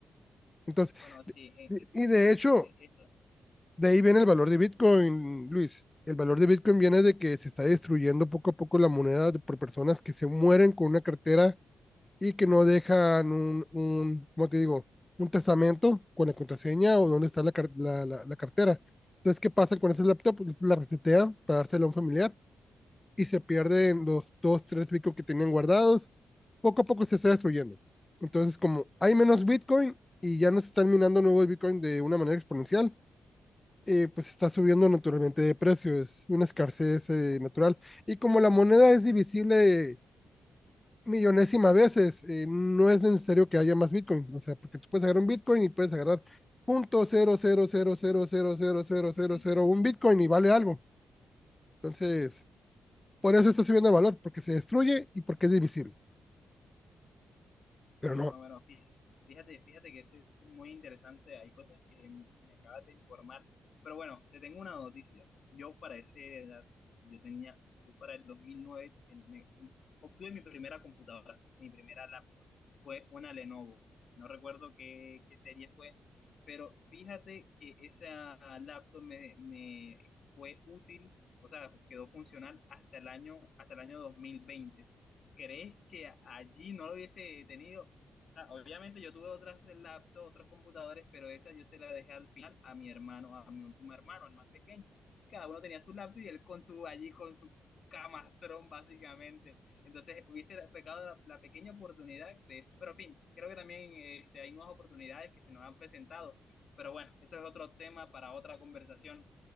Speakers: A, on the left (about 20°); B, on the left (about 65°).
A: Entonces,
B: bueno, sí, eh,
A: y
B: eh,
A: y de hecho,
B: eh, esto-
A: de ahí viene el valor de Bitcoin, Luis. El valor de Bitcoin viene de que se está destruyendo poco a poco la moneda de- por personas que se mueren con una cartera y que no dejan un, un, ¿cómo te digo? Un testamento con la contraseña o dónde está la, car- la, la- la cartera. Entonces, ¿qué pasa con ese laptop? La resetea para dársela a un familiar y se pierden los dos, tres Bitcoin que tenían guardados. Poco a poco se está destruyendo. Entonces, como hay menos Bitcoin y ya no se están minando nuevos Bitcoin de una manera exponencial, eh, pues está subiendo naturalmente de precio. Es una escasez eh, natural. Y como la moneda es divisible millonésima veces, eh, no es necesario que haya más Bitcoin. O sea, porque tú puedes agarrar un Bitcoin y puedes agarrar punto cero cero cero cero cero cero cero cero
B: sí.
A: cero un Bitcoin y vale algo. Entonces, por eso está subiendo de valor, porque se destruye y porque es divisible. Pero
B: Bueno,
A: no,
B: no, bueno, fí- fíjate, fíjate que eso es muy interesante. Hay cosas que me acabas de informar. Pero bueno, te tengo una noticia. Yo para esa edad, yo tenía, yo para el 2009 teni- me- obtuve mi primera computadora, mi primera laptop. Fue una Lenovo. No recuerdo qué, qué serie fue, pero fíjate que esa laptop me, me fue útil, o sea, quedó funcional hasta el año, hasta el año 2020. ¿Crees que allí no lo hubiese tenido? O sea, obviamente yo tuve otras laptops, otros computadores, pero esa yo se la dejé al final a mi hermano, a mi último hermano, el más pequeño. Y cada uno tenía su laptop y él con su, allí con su camastrón, básicamente. Entonces hubiese pecado la, la pequeña oportunidad de eso. Pero en fin, creo que también este, hay nuevas oportunidades que se nos han presentado. Pero bueno, eso es otro tema para otra conversación,